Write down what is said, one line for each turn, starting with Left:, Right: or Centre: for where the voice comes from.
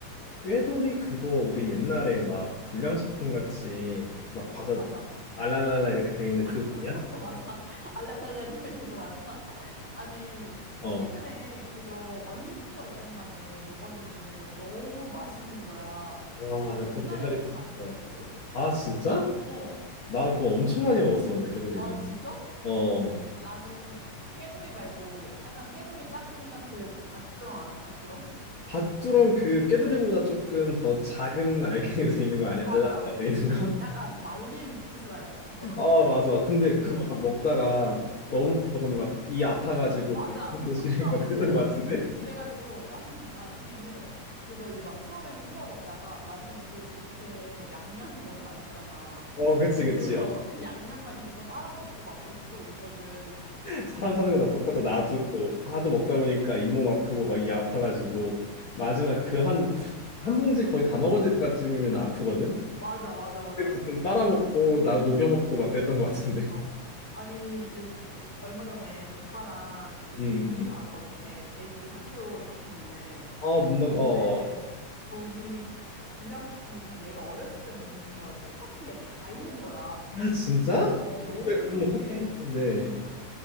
Left: 꾀돌이 그거 우리 옛날에 막 불량식품 같이 막
Centre: 어,
Left: 과자
Centre: 어, 맞아.
Left: 알랄랄라 이렇게 돼 있는 그거
Centre: <laughs>
Left: 아니야?
Centre: 맞아. 알랄랄랄 들어있는 거 맞아. <laughs> 아니,
Left: 어.
Centre: 최근에 그거 완전 오랜만에 먹었는데 너무 맛있는 거야.
Left: 와,
Centre: 나 옛날에는
Left: 그 옛날에 진짜-
Centre: 별로 안 좋아했거든?
Left: 어. 아, 진짜?
Centre: 어.
Left: 나 그거 엄청 많이 먹었었는데 꾀돌이는.
Centre: 아, 진짜?
Left: 어.
Centre: 나는 꾀돌이 말고 약간 꾀돌이 짝꿍 같은 밭두렁 알아? 밭두렁?
Left: 밭두렁 그 꾀돌이보다 조금 더 작은 알갱이로 돼 있는 거 아니야?
Centre: 맞아.
Left: 알랄랄라 돼 있는 거?
Centre: 약간 말린 옥수수알 같은 거?
Left: <laughs>
Centre: <laughs>
Left: 아, 맞아, 맞아. 근데
Centre: 그거.
Left: 그거 막 먹다가
Centre: 어.
Left: 너무 많이 먹으면 막 이 아파가지고
Centre: 맞아.
Left: <laughs> 배고시리막
Centre: 턱도 아프고.
Left: 그랬던 거 같은데?
Centre: 그래가지고 나는 <laughs> 나중에는 그거 이제 막 처음에는 씹어 먹다가 나중에는 그 겉에 양념이 <laughs> 너무 맛있잖아.
Left: 어, 그치, 그치.
Centre: 그래서 그 양념만 입에서 빨아먹고 막 뱉고 이랬거든.
Left: 사람 사는 거 다 똑같다. 나도
Centre: 어.
Left: 뭐 하도 먹다 보니까 잇몸 아프고 막 이 아파가지고 마지막 그 한
Centre: 어.
Left: 한 봉지 거의 다 먹을 때까지면 아프거든.
Centre: 맞아, 맞아, 맞아.
Left: 그때부터 좀 빨아먹고 나 녹여 먹고 막 그랬던 것 같은데.
Centre: 어. 아니, 요, 이- 얼마 전에 조카랑 그
Left: 음,
Centre: 문구사
Left: 음.
Centre: 갔거든. 걔 애기 학교 앞에 있는.
Left: 아, 문방
Centre: 근데
Left: 어.
Centre: 거기 불량식품이 그냥 내가 어렸을 때 먹는 거랑 똑같은 게 다 있는 거야.
Left: 아, 진짜?
Centre: 어,
Left: 요즘에
Centre: 너무
Left: 그런
Centre: 신기해.
Left: 거 찾기 힘들 텐데.
Centre: 어.